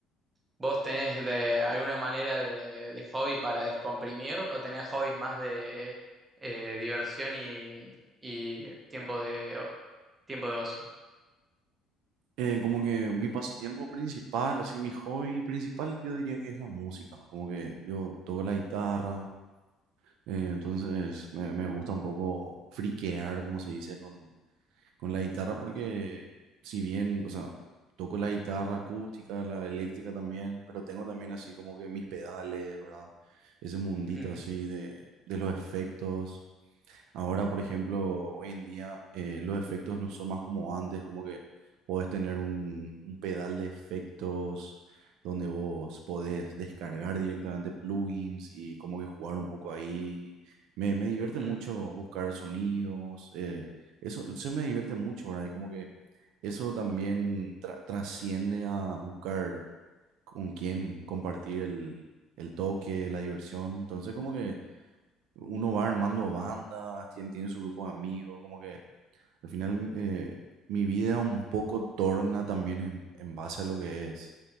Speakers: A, on the right; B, on the right.
A: ¿Vos tenés de alguna manera de, de hobby para descomprimir o tenés hobbies más de eh, diversión y, y tiempo de o- tiempo de ocio?
B: Eh, como que mi pasatiempo principal, así mi hobby principal, yo diría que es la música. Como que yo toco la guitarra, eh, entonces me, me gusta un poco friquear, como se dice, con, Con la guitarra
A: Ah,
B: porque si bien, o sea, toco la guitarra acústica, la eléctrica también, pero tengo también así como que mis pedales, ¿verdad? Ese mundito
A: ujú.
B: así de, de los efectos. Ahora,
A: Uh,
B: por ejemplo, hoy en día eh, los efectos no son más como antes, como que podés tener un, un pedal de efectos donde vos podés descargar directamente plugins y como que jugar un poco ahí. Me, me divierte
A: mm.
B: mucho buscar sonidos, eh, eso, eso me divierte mucho, ¿verdad? Y como que eso también tra- trasciende a buscar con quién compartir el, el toque, la diversión. Entonces, como que uno va armando bandas, tiene, tiene su grupo de amigos, como que al final eh, mi vida un poco torna también en, en base a lo que es